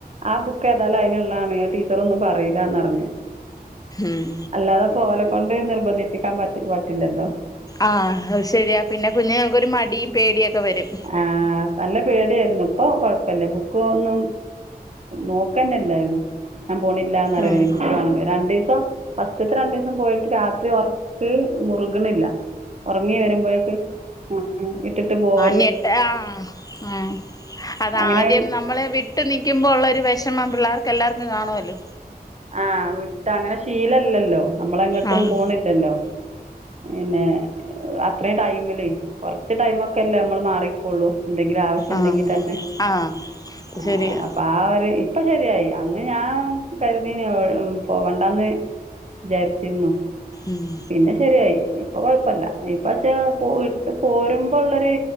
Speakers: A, on the right (about 45°); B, on the left (about 20°).
A: ആ ബുക്ക് ഒക്കെ അതിനുള്ളതാണ് ടീച്ചർ ഒന്നും പറയില്ലാന്ന് പറഞ്ഞു
B: ഉം
A: അല്ലാതെ ഇപ്പം ഓലെ കൊണ്ട് നിർബന്ധിപ്പിക്കാൻ പറ്റ പറ്റില്ലല്ലോ
B: ആഹ് അഹ് ശരിയാ പിന്നെ കുഞ്ഞുങ്ങൾ ക്കൊരു മടിയും പേടിയൊക്കെ വരും
A: ആഹ് നല്ല പേടി ഇപ്പ കൊഴപ്പല്ല ബുക്കൊന്നും നോക്കന്നല്ലായിരുന്നു ഞാൻ പോണില്ലാന്ന് പറിയലയ്നു
B: ഉം
A: കുട്ടി കാണുമ്പോ രണ്ടീസം ഫസ്റ്റത്തെ രണ്ടീസം പോയിട്ട് രാത്രി ഉറക്ക് മുറുക്ണില്ല ഒറങ്ങി വരുമ്പോഴേക്ക് ഉം ഇട്ടിട്ട് പോവ്
B: ഞെട്ടാ ആഹ് അതാദ്യം
A: അങ്ങനെ
B: നമ്മള് വിട്ട് നിക്കുമ്പോ ഉള്ള ഒരു വെഷമം പിള്ളേർക്ക് എല്ലാർക്കും കാണുമല്ലോ
A: ആഹ് വിട്ട് അങ്ങനെ ശീലല്ലല്ലോ നമ്മളെങ്ങോട്ടും
B: ആഹ്
A: പോണില്ലല്ലോ പിന്നെ അത്രയും ടൈമില് കുറച്ച് ടൈമൊക്കെ അല്ലേ നമ്മൾ മാറിക്കുള്ളു എന്തെങ്കിലും ആവശ്യം
B: ആഹ്
A: ഉണ്ടെങ്കി തന്നെ
B: ആഹ് അത്
A: ആ
B: ശരിയാ
A: അപ്പൊ ആ ഒരു ഇപ്പൊ ശരിയായി അന്ന് ഞാൻ കരുതീന് പോവണ്ടാന്ന് വിചാരിച്ചിരുന്നു
B: ഉം
A: പിന്നെ ശെരിയായി ഇപ്പൊ കുഴപ്പല്ല ഇപ്പ ച്ചാ ഇട്ട് പോരുമ്പോ ള്ളരു